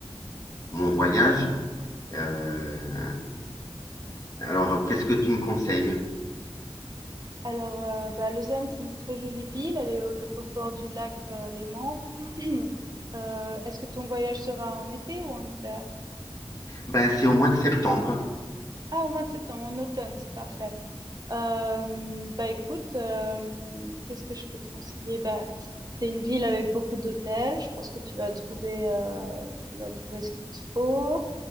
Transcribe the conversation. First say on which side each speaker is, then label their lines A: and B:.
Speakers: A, on the left (about 40°); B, on the right (about 45°).
A: mon voyage. Euh, alors, qu'est-ce que tu me conseilles?
B: Alors, euh, bah, Lausanne, c'est une très jolie ville. Elle est au, au bord du lac euh, Léman. <clears throat> Euh, est-ce que ton voyage sera en été ou en hiver?
A: Ben, c'est au mois de septembre.
B: Ah, au mois de septembre, en automne, c'est parfait. Euh, bah écoute, euh, qu'est-ce que je peux te conseiller? Bah, c'est une ville avec beaucoup d'hôtels. Je pense que tu vas trouver, euh, tu vas trouver ce qu'il te faut.